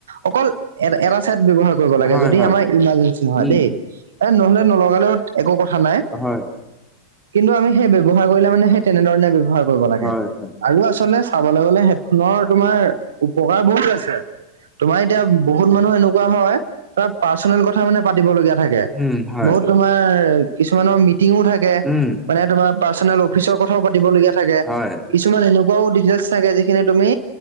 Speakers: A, on the right (about 65°); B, in the centre.
A: অকল এটা এটা চাইড ব্যৱহাৰ কৰিব লাগে।
B: হয়
A: যদি
B: হয়
A: আমাৰ ইমাৰ্জেঞ্চি নহয়
B: উম
A: দেই এ নহলে নলগালেও একো কথা নাই
B: হয়
A: কিন্তু আমি সেই ব্যৱহাৰ কৰিলে মানে সে তেনেধৰণে ব্যৱহাৰ কৰিব লাগে
B: হয়।
A: আৰু আচলতে চাবলে গলে হেডফোনৰ তোমাৰ উপকাৰ বহুত আছে। তোমাৰ এতিয়া বহুত মানুহ এনেকুৱা হয় তাৰ পাৰ্চনেল কথা মানে। পাতিব লগীয়া থাকে
B: উম, হয়।
A: বহুত তোমাৰ কিছুমানৰ মিটিঙো থাকে।
B: উম।
A: মানে তোমাৰ পাৰ্চনেল অফিচৰ কথাও পাতিবলগীয়া থাকে
B: হয়,
A: কিছুমান এনেকুৱাও দিটেলচ চাগে যিখিনি তুমি